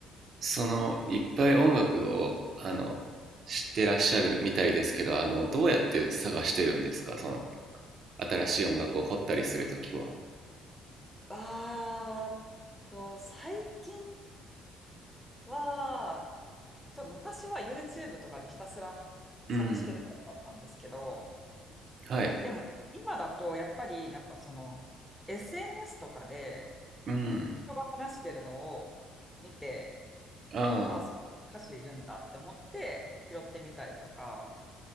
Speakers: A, on the right (about 55°); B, in the centre.
A: そのいっぱい音楽をあの知ってらっしゃるみたいですけどあのどうやって探してるんですかその新しい音楽を掘ったりするときは
B: あーっと、最近は、ちょ、昔は YouTube とかでひたすら探してるタイプだったんですけど、
A: うんはい
B: でも今だとやっぱりなんかその SNS とかで
A: うん
B: 人が話してるのを見て、
A: ああ
B: あ、そういう歌手いるんだって思って拾ってみたりとか